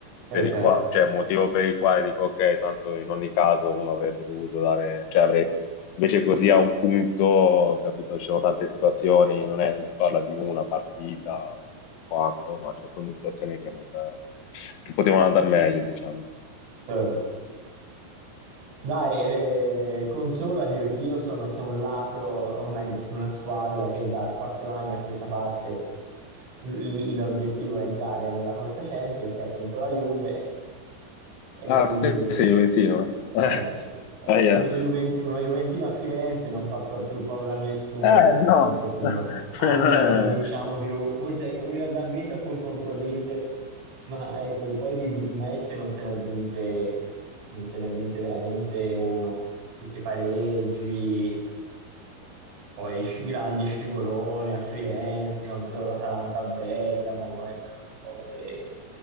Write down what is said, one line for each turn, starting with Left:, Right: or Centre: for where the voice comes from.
Right: Eh
Left: per
Right: sì,
Left: il qua- cioè, motivo per il quale dico ok, tanto in ogni caso uno avrebbe dovuto dare, cioè avrei, invece così a un punto, capito, ci sono tante situazioni, non è- non si parla di una partita o quanto, ma ci sono tante situazioni che, non, che potevano andare meglio, diciamo.
Right: certo. Dai, eh, consolati perché io sono su un lato, o meglio, su una squadra che da quattro anni a questa parte l- l'obiettivo è entrare nella corsa Champions, che è appunto la Juve, e
Left: Ah,
Right: quindi
Left: te sei Juventino,
Right: davvero,
Left: eh? <laughs>
Right: davvero.
Left: Ah, yeah.
Right: Uno, Juven- uno Juventino a Firenze non fa proprio paura a nessuno
Left: Eh,
Right: perché appunto
Left: no,
Right: sono
Left: <laughs>
Right: anni
Left: non
Right: che
Left: è-
Right: non vinciamo più. Forse ecco, l'unica che abbiamo vinto è appunto contro l'Inter, ma ecco, poi di big match non se ne è vinte, non se ne è vinte veramente uno. Tutti i pareggi, poi sci- grandi scivoloni a Firenze contro l'Atalanta a Bergamo, ecco, cose.